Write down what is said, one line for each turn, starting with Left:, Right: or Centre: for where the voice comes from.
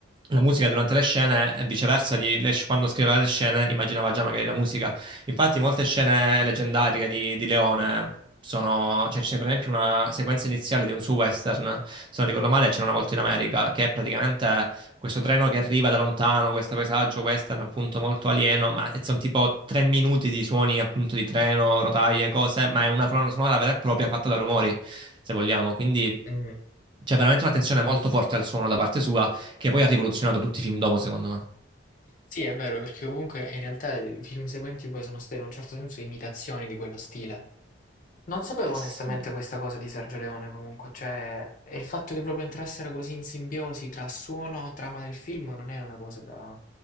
Right: la musica durante le scene e viceversa, di- le- quando scriveva le scene immaginava già magari la musica. Infatti molte scene leggendarie di, di Leone sono, cioè c'è per esempio una sequenza iniziale di un suo western, se non ricordo male, c'era una volta in America, che è praticamente questo treno che arriva da lontano, questo paesaggio western appunto molto alieno, ma sono tipo tre minuti di suoni appunto di treno, rotaie, cose, ma è una colonna sonora vera e propria fatta da rumori, se vogliamo, quindi
Left: mm.
Right: c'è veramente un'attenzione molto forte al suono da parte sua che poi ha rivoluzionato tutti i film dopo, secondo me.
Left: Sì, è vero, perché comunque in realtà i film seguenti poi sono state in un certo senso imitazioni di quello stile. Non sapevo
Right: Eh
Left: onestamente
Right: sì,
Left: questa cosa di Sergio Leone comunque, cioè, e il fatto che proprio entrassero così in simbiosi tra suono e trama del film non è una cosa da,